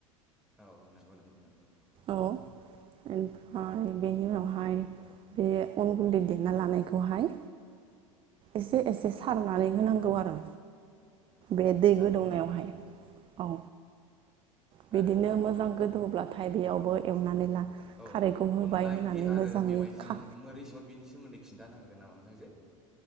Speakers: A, in the centre; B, on the right.
A: औ औ नंगौ नंगौ नंगौ <inaudible>
B: औ ओमफ्राय बेनि उनावहाय बे अन गुन्दै देना लानायखौहाय एसे एसे सारनानै होनांगौ आरो
A: औ औ
B: बे दै
A: थारैनो
B: गोदौनायावहाय
A: नंगौ थारैनो थारैनो
B: औ बिदिनो
A: आरो
B: मोजां गोदौब्लाथाय बेयावबो एवनानै ला
A: औ
B: खारैखौ
A: नंगौ
B: होबाय
A: अनला
B: होनानै
A: ओंख्रि आरो
B: मोजाङै
A: मेवाइजों
B: खा
A: बोरै सङो बिनि सोमोन्दै खिन्थानो हागोन नामा नोंथांजोे